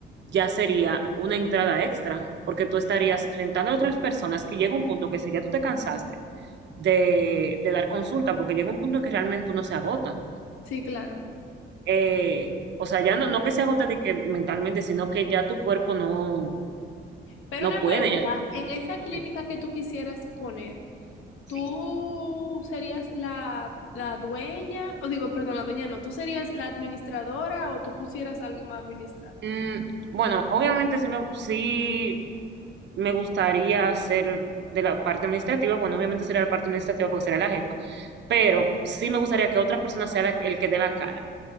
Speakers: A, on the right; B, on the left.
A: ya sería una entrada extra. Porque tú estarías rentando a otras personas y llega un punto que si ya tú te cansaste de, de dar consulta, porque llega un punto que realmente uno se agota.
B: Sí, claro.
A: Eh, o sea, ya no, no que se agote de que mentalmente, sino que ya tu cuerpo no,
B: Pero
A: no
B: una
A: puede.
B: pregunta,
A: Ya,
B: en esa clínica
A: sí.
B: que tú quisieras poner,
A: sí.
B: ¿tú serías la, la dueña? O digo, perdón, la dueña no, ¿tú serías la administradora o tú pusieras a alguien más a administrar?
A: Mm, bueno, obviamente sí me, sí me gustaría ser de la parte administrativa, bueno, obviamente sería la parte administrativa porque sería la jefa, pero sí me gustaría que otra persona sea la- el que dé la cara.